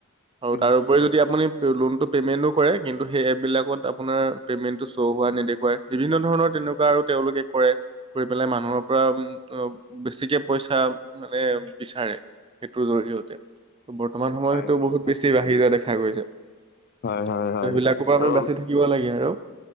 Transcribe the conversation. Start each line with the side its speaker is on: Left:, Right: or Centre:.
Right: আৰু
Left: উম
Right: তাৰ উপৰি যদি আপুনি লোন টো পেমেন্টো কৰে কিন্তু সেই এপ বিলাকত আপোনাৰ পেমেণ্টো শ্ব' হোৱা নেদখুৱাই। বিভিন্ন ধৰণৰ তেনেকুৱা আৰু তেওঁলোকে কৰে। কৰি পেলাই মানুহৰ পৰা বেছিকে পইচা মানে বিচাৰে। সেইটোৰ জৰিয়তে ত' বৰ্তমান সময়
Left: হয়
Right: সেইটো
Left: হয়
Right: বহুত বেছি বাঢ়ি যোৱা দেখা গৈছে। ত'সেইবিলাকৰ
Left: হয় হয় হয় হয়
Right: পৰা
Left: ত'
Right: আমি বাচি থাকিব লাগে আৰু।